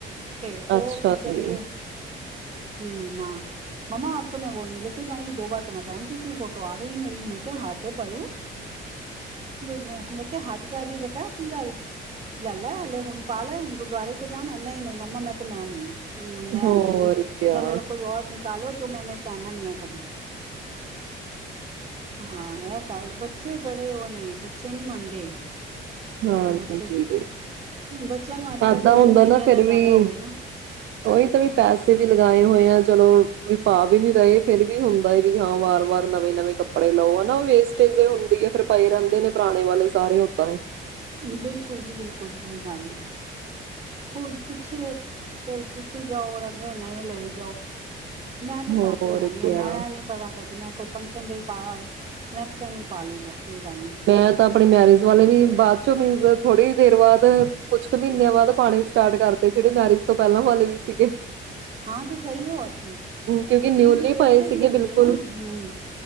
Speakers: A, on the right; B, on the right.
A: ਤੇ ਉਹ
B: ਅੱਛਾ
A: ਕੀ? ਕਹਿੰਦੇ
B: ਜੀ
A: ਐ ਕੀ ਨਾ ਮੰਮਾ ਅਬ ਤੋਂ ਮੈਂ ਵੋ ਨਹੀਂ ਲੈ ਕੇ ਜਾਊਂਗੀ ਦੋ ਬਾਰ ਤੋਂ ਮੈਂ ਪਹਿਨ ਚੁੱਕੀ ਫੋਟੋ ਤੋਂ ਆ ਗਈ ਮੇਰੀ ਮੈਂ ਕਿਹਾ ਹਦ ਹੈ ਪਰੂ ਮੈ ਕਿਹਾਿਆ ਹੱਦ ਕਰ ਰਹੀ ਬੇਟਾ ਕੀ ਗੱਲ ਲੈ ਹਲੇ ਹੁਣ ਪਾ ਲੈ ਹੁਣ ਗੁਰਦੁਆਰੇ ਤੇ ਜਾਣਾ ਨਹੀਂ ਨਹੀਂ ਮੰਮਾ ਮੈਂ ਤਾਂ ਨੇਆ ਲਉ ਹਮ ਮੈਂ
B: ਹੋਰ
A: ਦੂੰਗੀ
B: ਕਿਆ
A: ਜਾਂ ਮੇਰੇ ਕੋਈ ਔਰ ਨਿਕਾਲੋ ਜ਼ੋ ਤੋ ਮੈਨੇ ਪਹਿਨਾ ਨਹੀਂ ਹੈ ਕਭੀ ਹਾਂ ਇਹ ਗੱਲ ਬੱਚੇ ਬੜੇ ਉਹ ਨੇ ਬੱਚੇ ਨਹੀਂ ਮੰਨਦੇ
B: ਹਾਂਜੀ
A: ਬੱਚੇ ਤੋਂ ਬੱਚਿਆਂ ਨੂੰ ਅੱਜ
B: ਏਦਾਂ
A: ਕੱਲ ਸੋਸ਼ਲ
B: ਹੁੰਦਾ
A: ਮੀਡੀਆ
B: ਨਾ
A: ਦਾ
B: ਫਿਰ
A: ਜ਼ਿਆਦਾ
B: ਵੀ
A: ਹੋਵੇ ਨਾ
B: ਉਹੀ ਤਾਂ ਵੀ ਪੈਸੇ ਵੀ ਲਗਾਏ ਹੋਏ ਆ ਚਲੋ ਵੀ ਪਾ ਵੀ ਨੀ ਰਹੇ ਫੇਰ ਵੀ ਹੁੰਦਾ ਹੈ ਵੀ ਹਾਂ ਵਾਰ ਵਾਰ ਨਵੇਂ ਨਵੇਂ ਕੱਪੜੇ ਲਓ ਹਨਾ ਵੇਸਟੇਜ ਹੁੰਦੀ ਹੈ ਫੇਰ ਪਏ ਰਹਿੰਦੇ ਨੇ ਪੁਰਾਣੇ ਵਾਲੇ ਸਾਰੇ ਓਦਾਂ
A: ਬਿਲਕੁਲ ਜੀ ਬਿਲਕੁਲ ਸਹੀ ਗੱਲ ਹੈ ਪਿੱਛਲੇ ਫਿਰ ਸੁਟੀ ਜਾਓ ਔਰ ਅਗਲੇ ਨੇਏ ਲਈ ਜਾਓ ਮੈਂ ਤੇ ਪਾਪੂ
B: ਹੋਰ
A: ਲੈਦੀ
B: ਕਿਆ
A: ਹਾਂ ਮੈਂ ਨੀ ਪਰਵਾਹ ਕਰਦੀ ਮੈਂ ਕੋਈ ਫੰਕਸ਼ਨ ਤੇ ਹੀ ਪਾਇਆ ਹੋਏ ਨੈਕਸਟ ਟਾਈਮ ਹੀ ਪਾ ਲਈਦਾ ਕੋਈ ਗੱਲ ਨੀ
B: ਮੈਂ ਤਾਂ ਆਪਣੀ ਮੈਰਿਜ ਵਾਲੇ ਵੀ ਬਾਅਦ ਚੋਂ ਮੀਨਜ਼ ਥੋੜ੍ਹੀ ਦੇਰ ਬਾਅਦ ਕੁਛ ਕੁ ਮਹੀਨਿਆਂ ਬਾਅਦ ਪਾਣੀ ਸਟਾਰਟ ਕਰਦੇ ਜਿਹੜੇ ਮੈਰਿਜ ਤੋਂ ਪਹਿਲਾਂ ਵਾਲੇ ਵੀ ਸੀਗੇ
A: ਹਾਂ ਤੇ ਸਹੀ ਹੈ ਹੋਰ ਕੀ
B: ਕਿਉਂਕਿ ਨਿਊਲੀ
A: ਚੀਜ਼ ਦੀ ਵੇਸਟਜ
B: ਪਏ ਸੀਗੇ
A: ਨਹੀਂ ਹੁੰਦੀ
B: ਬਿਲਕੁਲ
A: ਨਾ ਹਮ